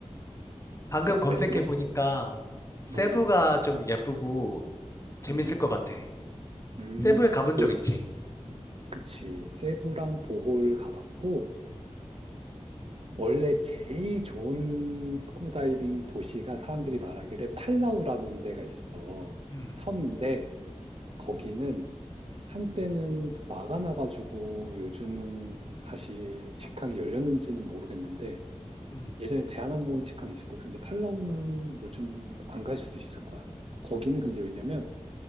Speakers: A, on the left (about 25°); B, on the right (about 55°).
A: 방금
B: 어,
A: 검색해
B: 때 이렇게.
A: 보니까 세부가
B: 음,
A: 좀 예쁘고 재밌을
B: 음,
A: 것 같아.
B: 음,
A: 세부에 가본
B: 보호.
A: 적 있지?
B: 그치. 세부랑 보홀 가봤고, 원래 제일 좋은 스쿠버 다이빙 도시가 사람들이 말하기를 팔라우라는 데가 있어.
A: 음,
B: 섬인데, 거기는 한때는 막아놔가지고 요즘은 다시 직항이 열렸는지는 모르겠는데
A: 음.
B: 예전에 대한항공 직항이 있었거든. 근데 팔라우는 요즘 안 갈 수도 있을 거야. 거기는 근데 왜냐면